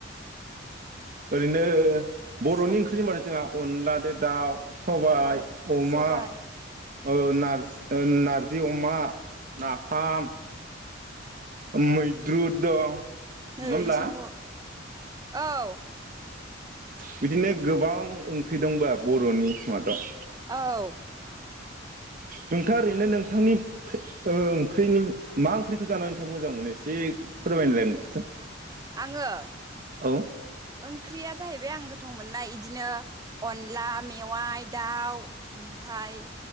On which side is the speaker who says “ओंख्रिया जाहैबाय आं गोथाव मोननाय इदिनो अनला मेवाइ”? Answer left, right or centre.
Right